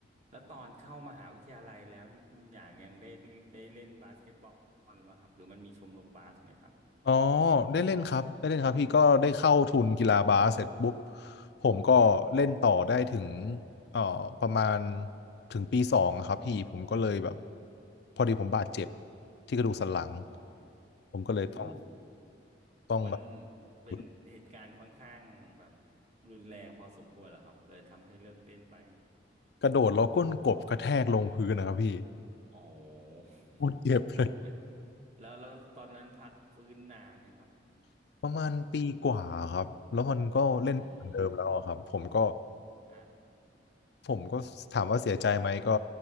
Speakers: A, on the right; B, on the left.
A: แล้วตอนเข้ามหาวิทยาลัยแล้วนี่คุณอย่างยังได้ได้เล่นบาสเกตบอลวะครับหรือมันมีชมรมบาสไหมครับ
B: อ๋อได้เล่นครับได้เล่นครับพี่ก็ได้เข้าทุนกีฬาบาสเสร็จปุ๊บผมก็เล่นต่อได้ถึงเอ่อประมาณถึงปีสองอะครับพี่ผมก็เลยแบบพอดีผมบาดเจ็บที่กระดูกสันหลัง
A: อ๋อ
B: ผมก็เลยต้อง
A: อู้
B: ต้องแบบ
A: มันเป็นเหตุการณ์ค่อนข้างแบบ
B: หยุด
A: รุนแรงพอสมควรเหรอครับเลยทำให้เลิกเล่นไป
B: กระโดดแล้วก้นกบกระแทกลงพื้นนะครับพี่
A: อ๋อ <laughs>
B: โคตรเจ็บเลย
A: หนักเลยแล้วแล้วตอนนั้นพักฟื้นนานไหมครับ
B: <laughs> ประมาณปีกว่าครับแล้วมันก็เล่นไม่เหมือนเดิมแล้วอะครับผมก็
A: อืมฮะ
B: ผมก็ถามว่าเสียใจไหมก็